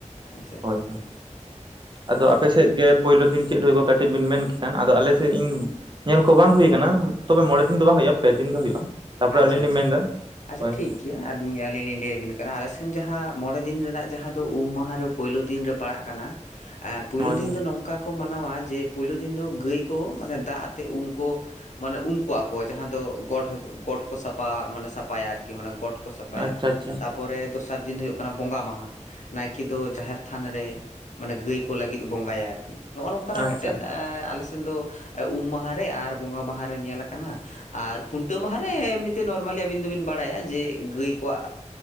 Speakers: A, on the left; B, on the right.
A: ᱟᱪᱪᱷᱟ ᱟᱪᱪᱷᱟ᱾
B: ᱦᱳᱭ ᱦᱳᱭ ᱟᱫᱚ ᱟᱯᱮ ᱥᱮᱫ ᱜᱮ ᱯᱳᱭᱞᱳ ᱫᱤᱱ ᱪᱮᱫ ᱦᱩᱭ ᱠᱟᱹᱴᱤᱡ ᱵᱮᱱ ᱢᱮᱱ ᱠᱮ ᱠᱷᱟᱱ ᱟᱫᱚ ᱟᱞᱮ ᱥᱮᱫ ᱤᱧ ᱧᱮᱞ ᱠᱚ ᱵᱟᱝ ᱦᱩᱭ ᱠᱟᱱᱟ ᱛᱚᱵᱮ ᱢᱚᱬᱮ ᱫᱤᱱ ᱫᱚ ᱵᱟᱝ ᱦᱩᱭᱩᱜ-ᱟ ᱯᱮ ᱫᱤᱱ ᱜᱮ ᱦᱩᱭᱩᱜ-ᱟ, ᱛᱟᱯᱚᱨᱮ
A: ᱟᱪᱪᱷᱟ
B: ᱟᱞᱤᱧ ᱞᱤᱧ
A: ᱟᱪᱪᱷᱟ
B: ᱢᱮᱱ ᱫᱟ
A: ᱟᱪᱪᱷᱟ
B: ᱦᱳᱭ
A: ᱴᱷᱤᱠ
B: ᱦᱳᱭ᱾
A: ᱜᱮᱭᱟ ᱟᱹᱞᱤᱧ ᱟᱹᱞᱤᱧ ᱞᱤᱧ ᱞᱟᱹᱭ ᱟᱵᱤᱱ ᱠᱟᱱᱟ ᱟᱞᱮ ᱥᱮᱱ ᱡᱟᱦᱟᱸ ᱢᱚᱬᱮ ᱫᱤᱱ ᱨᱮᱱᱟᱜ ᱡᱟᱦᱟᱸ ᱫᱚ ᱩᱢ ᱢᱟᱦᱟ ᱨᱮ ᱯᱩᱭᱞᱩ ᱫᱤᱱ ᱨᱮ ᱯᱟᱲᱟᱜ ᱠᱟᱱᱟ ᱯᱩᱭᱞᱩ
B: ᱦᱳᱭ
A: ᱫᱤᱱ ᱫᱚ ᱱᱚᱝ ᱠᱟ ᱠᱚ ᱢᱟᱱᱟᱣᱟ ᱡᱮ ᱯᱳᱭᱞᱳ ᱫᱤᱱ ᱫᱚ ᱜᱟᱹᱭ ᱠᱚ ᱢᱟᱱᱮ ᱫᱟᱜ ᱟᱛᱮᱜ ᱩᱢ ᱠᱚ ᱢᱟᱱᱮ ᱩᱢ ᱠᱩᱣᱟ ᱠᱚ ᱡᱟᱦᱟᱸ ᱫᱚ ᱜᱚᱰ ᱜᱚᱴ ᱠᱚ ᱥᱟᱯᱷᱟ ᱢᱟᱱᱮ ᱥᱟᱯᱷᱟᱭᱟ ᱟᱨᱠᱤ ᱢᱟᱱᱮ ᱜᱚᱴ ᱠᱚ ᱥᱟᱯᱷᱟᱭᱟ
B: ᱟᱪᱪᱷᱟ ᱟᱪᱪᱷᱟ
A: ᱛᱟ ᱯᱚᱨᱮ ᱫᱚᱥᱟᱨ ᱫᱤᱱ ᱦᱩᱭᱩᱜ ᱠᱟᱱᱟ ᱵᱚᱸᱜᱟ ᱢᱟᱦᱟ᱾ ᱱᱟᱭᱠᱮ ᱫᱚ ᱡᱟᱦᱮᱨ ᱛᱷᱟᱱ ᱨᱮ ᱢᱟᱱᱮ ᱜᱟᱹᱭ ᱠᱚ ᱞᱟᱹᱜᱤᱫ ᱵᱚᱸᱜᱟᱭᱟ ᱟᱨᱠᱤ᱾ ᱱᱚᱜ-ᱚ ᱱᱚᱝᱠᱟ
B: ᱟᱪᱪᱷᱟ
A: ᱱᱟᱜ ᱢᱤᱫᱴᱮᱱ ᱮ ᱟᱞᱮ ᱥᱮᱱ ᱫᱚ ᱩᱢ ᱢᱟᱦᱟ ᱨᱮ ᱟᱨ ᱵᱚᱸᱜᱟ ᱢᱟᱦᱟ ᱨᱮ ᱧᱮᱞ ᱟᱠᱟᱱᱟ ᱟᱨ ᱠᱷᱩᱱᱴᱟᱹᱣ ᱢᱟ ᱦᱮᱸ ᱮᱢᱱᱤᱛᱮ ᱱᱚᱨᱢᱮᱹᱞᱤ ᱟᱹᱵᱤᱱ ᱫᱚᱵᱤᱱ ᱵᱟᱲᱟᱭᱟ ᱡᱮ ᱜᱟᱹᱭ ᱠᱚᱣᱟᱜ